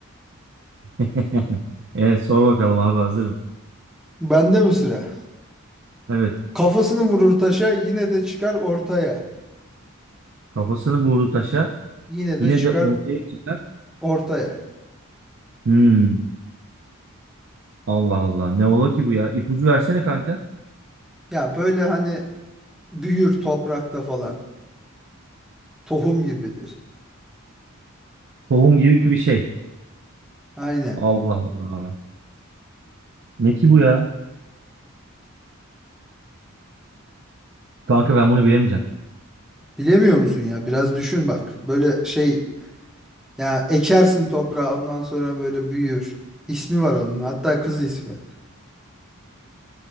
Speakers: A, on the right (about 55°); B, in the centre.
A: <laughs> Evet sor bakalım abi hazırım.
B: Bende mi sıra?
A: Evet
B: Kafasını vurur taşa yine de çıkar ortaya.
A: kafasını vurdu taşa.
B: Yine
A: Yine
B: de çıkar
A: de ortaya çıkar.
B: ortaya.
A: Hmm, Allah Allah ne ola ki bu ya? İpucu versene kanka.
B: Ya böyle hani büyür toprakta falan. Tohum gibidir.
A: Tohum gibi bir şey.
B: Aynen.
A: Allah Allah. Ne ki bu ya? Kanka ben bunu bilemeyeceğim.
B: Bilemiyor musun ya? Biraz düşün bak. Böyle şey ya ekersin toprağa ondan sonra böyle büyür. İsmi var onun. Hatta kız ismi.